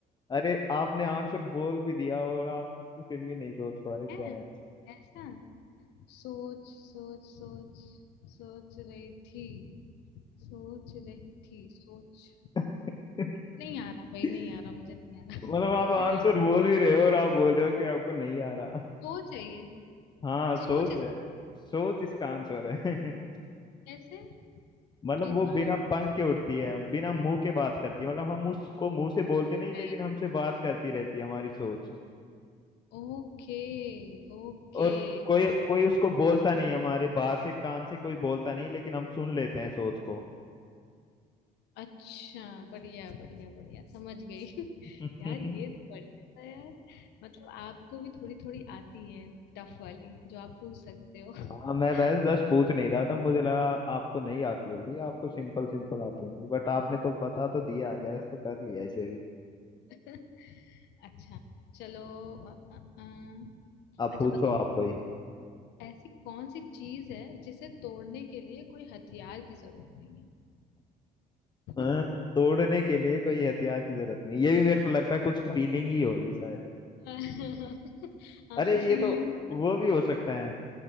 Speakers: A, on the left; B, on the left.
A: अरे आपने आंसर बोल भी दिया और आप फिर भी नहीं सोच पा रहे क्या
B: है
A: है
B: ऐसा सोच सोच सोच सोच रही थी सोच रही थी सोच
A: आंसर। <laughs>
B: नहीं आ रहा
A: मतलब
B: भाई नहीं आ रहा मुझे नहीं आ रहा
A: आप आंसर
B: <laughs>
A: बोल भी रहे हो और आप बोल रहे हो कि आपको नहीं आ रहा
B: सोच है ये
A: हाँ सोच
B: सोच इस-
A: है सोच इसका आंसर है <laughs>
B: कैसे
A: मतलब
B: बिना
A: वो बिना पंख के उड़ती है बिना मुंह के बात करती है मतलब हम उसको मुंह से बोलते नहीं लेकिन
B: गई
A: हमसे बात करती रहती है हमारी सोच
B: ओके ओके
A: और कोई
B: बहुत बढ़िया
A: कोई उसको बोलता नहीं हमारे बाहर से कान से कोई बोलता नहीं लेकिन हम सुन लेते हैं सोच को
B: अच्छा बढ़िया बढ़िया बढ़िया समझ गई <laughs>
A: <laughs>
B: यार ये तो बढ़िया था यार मतलब आपको भी थोड़ी थोड़ी आती है टफ वाली जो आप पूछ सकते हो
A: हाँ मैं
B: <laughs>
A: बस जस्ट पूछ नहीं रहा था मुझे लगा आपको नहीं आती होगी आपको सिंपल सिंपल आती होगी बट आपने तो बता तो दिया गैस तो कर लिया इसे भी
B: <laughs> अच्छा चलो अ, अ, अ,
A: अब
B: अच्छा
A: पूछो
B: बताओ
A: आप कोई
B: ऐसी कौन सी चीज है जिसे तोड़ने के लिए कोई हथियार की जरूरत नहीं
A: अ,
B: है
A: तोड़ने के लिए कोई हथियार की जरूरत नहीं ये भी मेरे को लगता है कुछ फीलिंग ही होगी शायद
B: <laughs> हाँ
A: अरे
B: फीलिंग
A: ये तो वो भी हो सकता है